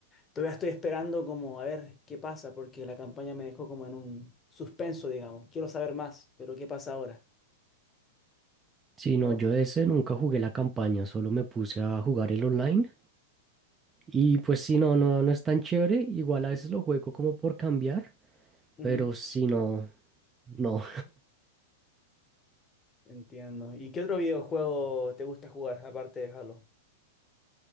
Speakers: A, on the left; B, on the right.
A: Todavía estoy esperando como a ver qué pasa, porque la campaña me dejó como en un suspenso, digamos. Quiero saber más, pero ¿qué pasa ahora?
B: Sí, no,
A: No lo
B: yo
A: sé.
B: de ese nunca jugué la campaña, solo me puse a jugar el online. Y pues sí, no, no, no es tan chévere. Igual a veces lo juego como por cambiar,
A: Ujú,
B: pero sí, no, no.
A: Entiendo. ¿Y qué otro videojuego te gusta jugar aparte de Halo?